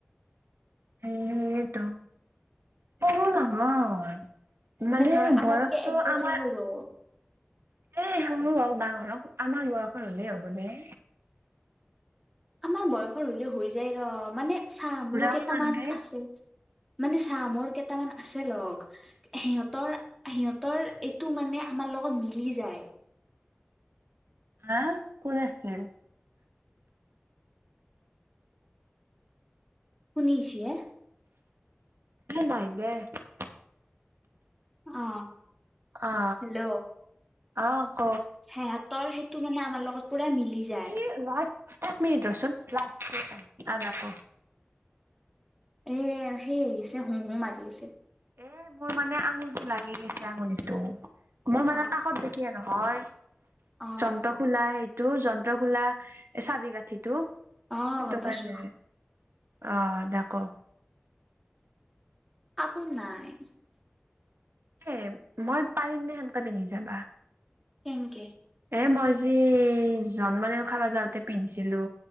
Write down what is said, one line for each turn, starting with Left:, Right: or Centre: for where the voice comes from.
Right: এটো বহু নহয় মানে
Centre: ধৰ আমাতকে
Right: বয়সটো
Centre: এক বছৰ
Right: আমাৰ
Centre: সৰু
Right: এ সেইনো হওক ডাঙৰ হওক আমাৰ বয়স হ'লেই হ'ব দে
Centre: আমাৰ বয়সৰ হলে হৈ যায় ৰ মানে চাহ মোৰ
Right: বুঢ়াও
Centre: কেইটামান
Right: নালগে
Centre: আছে মানে চাহ মৰ কেইটামান আছে লগ সিহঁতৰ সিহঁতৰ এইটো মানে আমাৰ লগত মিলি যায়
Right: আহ কোন আছিলে
Centre: শুনিছিয়ে
Right: <unintelligible>
Centre: অ
Right: অ
Centre: হেল্ল'
Right: অ অ ক
Centre: সিহঁতৰ সেইটো মানে আমাৰ লগত পুৰা মিলি যায়
Right: এই ৰা এক মিনিট ৰচোন ল আজাক
Centre: এ সেই আহিছে হোহো মাৰি আছে
Right: এ মোৰ মানে আঙুলটো লাগি গৈছে আঙুলিটো। মোৰ
Centre: অ
Right: মানে কাষত দে কিয়ে নহয়
Centre: অ
Right: যন্ত্ৰ খোলা সেই টো যন্ত্ৰ খোলা চাবি কাঁঠিটো সেইটো
Centre: অ গম পাইছো
Right: কাৰণে অ দাকো
Centre: কাপোৰ নাই।
Right: এ মই পাৰিম নে সেনেকাে পিন্ধি যাবা
Centre: কেংকে?
Right: এ মই যি জন্মদিন খাব যাওঁতে পিন্ধিছিলো।